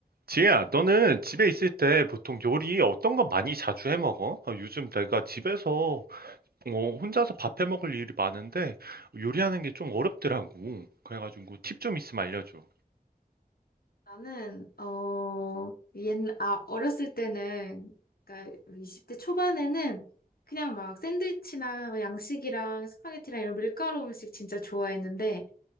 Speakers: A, on the right; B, on the left.
A: 지혜야, 너는 집에 있을 때 보통 요리 어떤 거 많이 자주 해 먹어? 아, 요즘 내가 집에서 어, 혼자서 밥 해 먹을 일이 많은데 요리하는 게 좀 어렵더라고. 그래가지고 팁 좀 있으면 알려줘.
B: 나는 어 옛날 아 어렸을 때는 그러니까 20대 초반에는 그냥 막 샌드위치나 뭐 양식이랑 스파게티랑 이런 밀가루 음식 진짜 좋아했는데